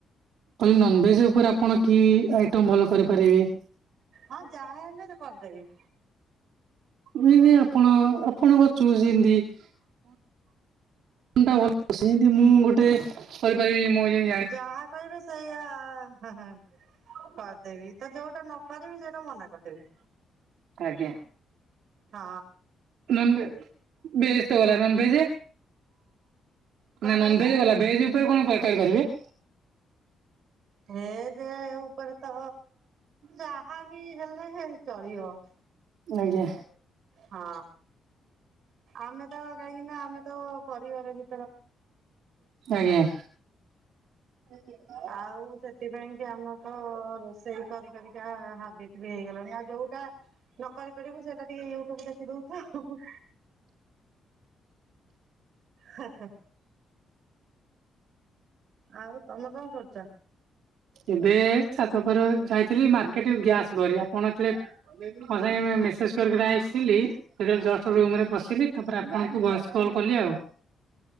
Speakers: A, on the right; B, on the right.
A: କହିଲି ନନଭେଜ୍ ଉପରେ ଆପଣ କି ଆଇଟମ ଭଲ କରିପାରିବେ।
B: ହଁ ଯାହା ହେଲେ ଯେ କରିଦେବି।
A: ମୁଁ ଯେଁତି ଏଇ ଆପଣ ଆପଣଙ୍କ ଚୁଯ ଯେଏଁତି ‌। କଣ୍ ଟା ଭଲ ସେମତି ମୁଁ ଗୋଟେ କରିପାରିବି ମୋ ଇଏ
B: ଯାହା କହିବେ ସେଇଆ ହା ହା କରିଦେବି ତ ଯୋଉଟା ନପାରିବି ସେଇଟା ମନା କରିଦେବି।
A: ଆଜ୍ଞା।
B: ହଁ।
A: ନନ୍ ବେ ଭେଜ୍ ତ ଗଲା ନନ୍ ଭେଜେ।
B: କଣ
A: ନା ନନ୍
B: କହିଲେ
A: ଭେଜ ଗଲା ଭେଜ୍ ଉପରେ କଣ ପ କରିପାରିବେ।
B: ଭେ ଯେ ଉପରେ ତ ଯାହା ବି ହେଲେ ଭେଜ ଚଳିବ।
A: ଆଜ୍ଞା।
B: ହଁ ଆମେ ତ କାହିଁକି ନା ଆମେ ତ ପରିବାର ଭି
A: ଆଜ୍ଞା। <unintelligible>
B: ଆଉ ସେଥିପାଇଁ କି ଆମ ତ ରୋଷେଇ କରି କରିକା ହା ବିଟ ବି ହେଇଗଲାଣି ଆଉ ଯୋଉଟା ନ କରିପାରିବୁ ସେଟା ଟିକେ ୟୁଟୁବ ଦେଖି ଦଉଚୁ ଆଉ ହୁ ହୁ। ହେ ହେ। ଆଉ ତମେ କଣ କରୁଚ।
A: ଏବେ ଛାତ ଉପରେ ଯାଇଥିଲି ମାର୍କେଟ ଗ୍ୟାସ ଭରି ଆପଣ ଯେତେବେଳେ। ମୋ ସାଙ୍ଗେ ମେସେଜ୍ କରିକି ଆସିଲି‌। ସେତେ ବେଳେ ଜଷ୍ଟ ରୁମ୍ ରେ ପସିଲି ତାପରେ ଆପଣଙ୍କୁ ଭଏସ୍ କଲ୍ କଲି ଆଉ।